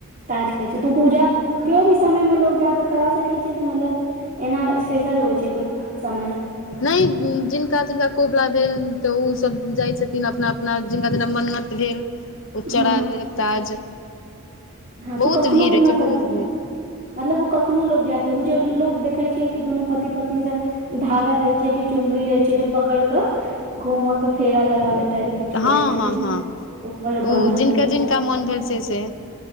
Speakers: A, on the right; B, on the left.
A: ताज कहै छै तू पूजा केओ भी समय मे लोग जाक करा सकै छियै कि मतलब एना स्पेशल होइ छै कोय समय
B: नहि जिनका जिनका कोबला भेल तऽ उ सब जाइ छथिन अपना अपना जिनका जेना मन्नत भेल ओ चरहा
A: हँ
B: लेलक ताज
A: हँ तो
B: बहुत
A: कखनो
B: भीड़
A: भी
B: होय
A: मतलब
B: छै बहुत भीड़
A: मतलब ओ कखनो लोग जायके उ जे लोग देखै छियै कि दुनू पति पत्नीसँ धागा रहे छै कि चुनरी रहे छै जे पकड़ के घूम के फेरा लगाबे टाइप किछु
B: हँ
A: करै छथिन
B: हँ हँ
A: ऊपर
B: ओ
A: बन्धल
B: जिनका
A: रहै
B: जिनका
A: छै
B: मोन भेल से से